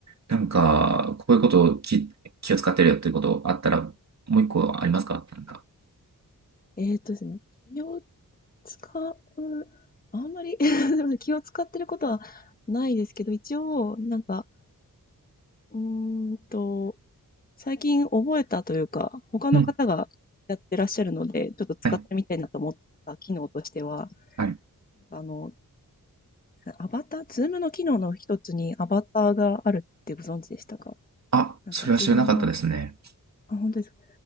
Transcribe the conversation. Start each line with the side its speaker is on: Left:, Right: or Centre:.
Right: なんか、こういうことを気、気を使ってるよっていうことあったら、もう一個ありますかなんか。
Left: えー、っとですね。企業使う、あんまり <laughs> 気を使ってることはないですけど、一応、なんか、うーんと、最近覚えたというか、他の方がやってらっしゃるので、
Right: うん。
Left: ちょっと使ってみたいなと思った機能としては、
Right: はい。はい。
Left: あの、アバター、ズームの機能の一つにアバターがあるってご存知でしたか
Right: あ、
Left: なんか自分の、
Right: それは知らなかったですね。
Left: あ、本当ですか